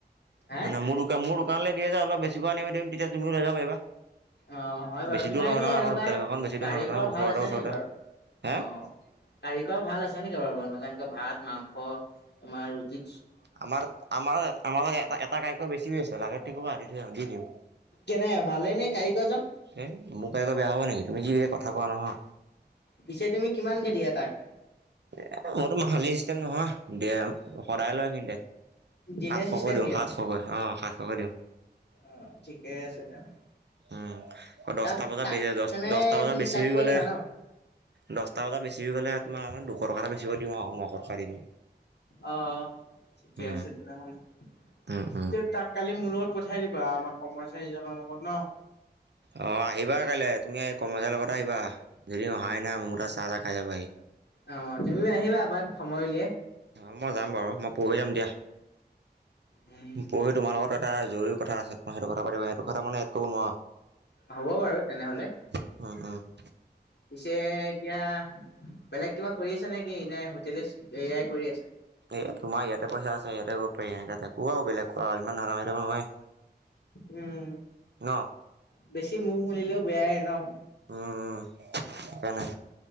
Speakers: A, on the left; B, on the right.
A: হে?
B: মানে মোৰ মোৰ দোকানলৈ দিয়ে যে অলপ বেছিক আনিম দিম তেতিয়া তুমিও লৈ যাব পাৰিবা।
A: অ', হয়, বাৰু
B: বেছি
A: তোমাৰ
B: দূৰ নহয়
A: এনেই
B: নহয়
A: এনেকুৱা
B: আমাৰ হোটেল কেইখন বেছি দূৰ
A: কাৰিকৰ
B: নহয় নহয় ওচৰতে
A: ভাল আছে
B: ওচৰতে।
A: নেকি বাৰু
B: হে
A: অ', অ'। কাৰিকৰ ভাল আছে নেকি বাৰু বনোৱা এনেকুৱা ভাত মাংস তোমাৰ ৰুটিত
B: আমাৰ তাত আমাৰ আমাৰ এটা এটা কাৰিকৰ বেছি হৈ আছে লাগে যদি কবা দি থৈ আহিম দি দিম।
A: কেনে ভালে নে কাৰিকৰজন?
B: এই মোৰ কাৰিকৰ বেয়া হ'ব নেকি তুমি কি যে কথা কোৱা নহয়।
A: পিছে তুমি কিমান কে দিয়া তাক?
B: এ মোৰতো মাহালী চিষ্টেম নহয় দেয় সদায় লয় সিহঁতে।
A: দিনে
B: সাতশকৈ
A: চিষ্টেম
B: দিওঁ
A: দিয়া
B: সাতশকৈ অ', সাতশকৈ দিওঁ।
A: অ', ঠিকেই আছে তেনে।
B: উম দহটা
A: তাক
B: বজাত
A: তাক
B: বেছি দহ
A: তেনে
B: দহটা বজাত
A: তুমি
B: বেছি
A: তাক
B: হৈ
A: কৈ
B: গ'লে
A: দিবা ন'?
B: দহটা বজা বেছি হৈ গ'লে তোমাৰ আমাৰ দুশ টকা এটা বেচি কৈ দিওঁ আৰু নশটকা দিওঁ।
A: অ', ঠিকে
B: উম
A: আছে তেনেহ'লে
B: উম উম
A: এতিয়া তাক কালি মোৰ লগত পঠিয়াই দিবা আমাৰ কৰ্মচাৰীজনৰ লগত ন'?
B: অ', আহিবা কাইলৈ তুমি কৰ্মচাৰি লগতে আহিবা ধেৰ দিন অহাই নাইয় মোৰ তাত চাহ-তাহ খাই যাবাাহি।
A: অ', তুমিও আহিবা আমাক সময় উলিয়াই।
B: অ', মই যাম বাৰু মই পৰহি যাম দিয়া,
A: উম
B: পৰহি তোমাৰ লগত এটা জৰুৰী কথা আছে মই কথা পাতিম সেইটো কথা মানে ইয়াত ক'ব নোৱাৰা।
A: হ'ব বাৰু তেনেহ'লে।
B: উম উম।
A: পিছে এতিয়া বেলেগ কিবা কৰি আছা নেকি নে হোটলে এয়াই কৰি আছে।
B: এয়া তোমাৰ ইয়াতে পইচা আছে ইয়াতে কৰিব পাৰি এনেকে ক আৰু বেলেগ কৰা আৰু ইমান ধনদা পাৰি থাকিব নোৱাৰি।
A: উম,
B: ন
A: বেছি মহ মুলিলেও বেয়াই ন'।
B: উম উম, সেইকাৰণে।